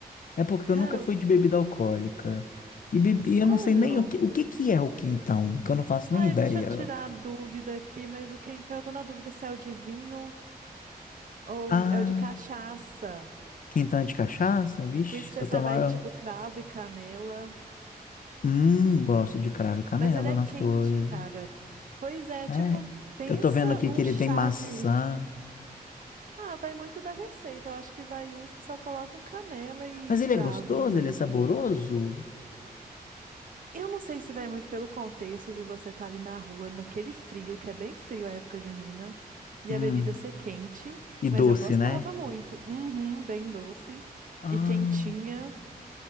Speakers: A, on the left; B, on the right.
A: É porque
B: Cara,
A: eu nunca
B: eu-
A: fui de bebida alcoólica. E, be-
B: sério?
A: e eu não sei nem o que, o que que é o quentão, que eu não faço
B: Ai,
A: nem ideia.
B: deixa eu tirar a dúvida aqui, mas o quentão, eu tô na dúvida se é o de vinho ou
A: Ah,
B: é o de cachaça.
A: quentão é de cachaça? Vixe,
B: O especial
A: se eu tomar...
B: vai
A: eu-
B: tipo cravo e canela,
A: Hum, gosto de cravo e canela
B: mas ele é
A: nas
B: quente,
A: coisas.
B: cara. Pois é,
A: É,
B: tipo, pensa
A: eu tô vendo aqui
B: um
A: que ele
B: chá
A: tem maçã.
B: de. Ah, vai muito da receita. Eu acho que vai uns que só colocam canela e
A: Mas ele
B: cravo
A: é gostoso,
B: mesmo.
A: ele é saboroso.
B: Eu não sei se vai muito pelo contexto de você estar ali na rua, naquele frio, que é bem frio a época junina, e
A: Hum,
B: a bebida ser quente,
A: e
B: mas
A: doce,
B: eu gostava
A: né?
B: muito. Uhum, bem doce
A: Ah,
B: e quentinha.